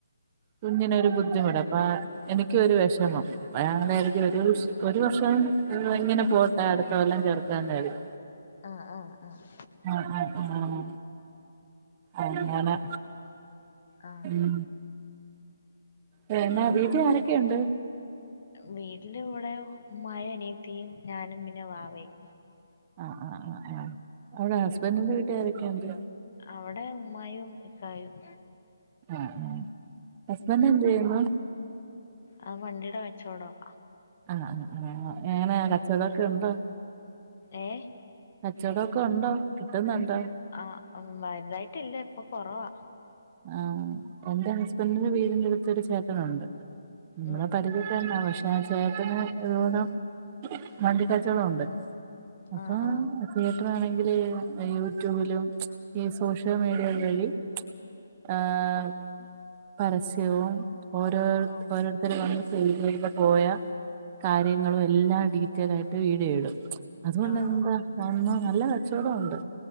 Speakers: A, on the right; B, on the left.
A: കുഞ്ഞിനൊരു ബുദ്ധിമുട്ട് അപ്പൊ എനിക്ക് ഒരു വെഷമം. <unintelligible> ഒരു വർഷം ഇങ്ങനെ പോട്ടെ അടുത്ത കൊല്ലം ചേർക്കാന്ന് കരുതി
B: ആഹ് ആഹ് ആഹ്
A: ആഹ് ആഹ് ആഹ് ഹാ അങ്ങനെ
B: ആഹ്
A: ഉം തന്നെ വീട്ടിൽ ആരൊക്കെയുണ്ട്?
B: വീട്ടില് ഇവടെ ഉമ്മായും അനിയത്തിയും ഞാനും പിന്നെ വാവയും
A: ആഹ് ആഹ് ആഹ് ആഹ് അവടെ ഹസ്ബൻഡിന്റെ വീട്ടുലാരൊക്കെയാണ്ട്?
B: അവടെ ഉമ്മായും ഇക്കായും.
A: ആഹ് ആഹ് ഹസ്ബെന്റെ ന്ത് യ്യുന്നു.
B: ആഹ് വണ്ടീടെ കച്ചോടം
A: ആഹ് ആഹ് ആഹ് എങ്ങനെ കച്ചവടക്കെ ണ്ടോ?
B: ഏഹ്
A: കച്ചോടൊക്കെ ഉണ്ടോ കിട്ടുന്നുണ്ടോ
B: ആഹ് വലുതായിട്ടില്ല ഇപ്പൊ കൊറവാ
A: ആഹ് എന്റെ ഹസ്ബന്റിൻ്റെ വീടിന്റെ അടുത്തൊരു ചേട്ടനുണ്ട് നമ്മടെ
B: ഉം
A: പരിചയത്ത്
B: ഉം
A: തന്നെയാ പക്ഷേ ആ ചേട്ടന് ഇതുപോലെ വണ്ടിക്കച്ചവടോണ്ട് അപ്പം
B: ആ ആ
A: ചേട്ടനാണെങ്കില് ഈ യൂട്യൂബിലും ഈ സോഷ്യൽ മീഡിയ വഴി ആഹ്
B: ആ
A: പരസ്യവും ഓരോര്
B: ഓ
A: ഓരോരുത്തര് വന്ന് സെയില് ചെയ്തും പോയാ കാര്യങ്ങളും എല്ലാം ഡീറ്റെൽ ആയിട്ട് വീഡിയോ ഇടും അതുകൊണ്ട്
B: ആ
A: എന്താ
B: ആ
A: എന്നും നല്ല കച്ചവടം ഉണ്ട്